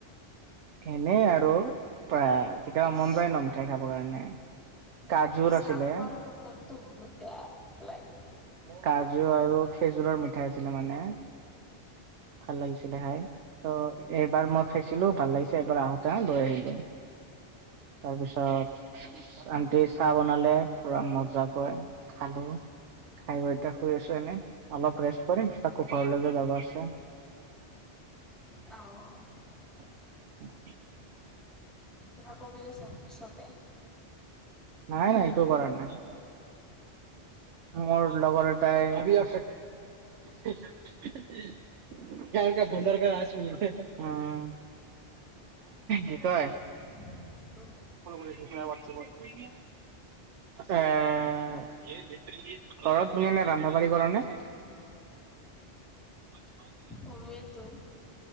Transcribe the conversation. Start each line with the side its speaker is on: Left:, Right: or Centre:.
Right: এনেই আৰু পা, কেতিয়াবা
Centre: ইচ
Right: মন যায় ন' মিঠাই খাবৰ কাৰণে। কাজুৰ
Centre: মানে চাহৰ
Right: আছিলে
Centre: লগততো বহুত বেয়া লাগে।
Right: কাজু আৰু খেজুৰৰ মিঠাই আছিলে মানে। ভাল লাগিছিলে খাই, ত' এইবাৰ মই খাইছিলোঁ। ভাল লাগিছে, এইবাৰ আহোতে লৈ আহিলো। তাৰ পিছত- আনটি চাহ বনালে, পুৰা মজা কৈ খালোঁ। খাই বৈ এতিয়া শুই আছো এনেই, অলপ ৰেষ্ট কৰিম, পিছত আকৌ ঘৰলৈকে যাব আছে।
Centre: অঁ।
Right: <unintelligible>
Centre: কিবা কৰি আছে নেকি চবে?
Right: নাই, একো কৰা নাই। মোৰ লগৰ এটাই- <unintelligible> ক ক ভডাৰ ক ৰাজ্ম <unintelligible> কি কয়
Centre: <unintelligible>
Right: ফ'ল' কৰিবি হোৱাটচএপত। এ, ঘৰত তুমি এনে ৰন্ধা বাঢ়ি কৰা নে? হয়।
Centre: কৰোৱেটো।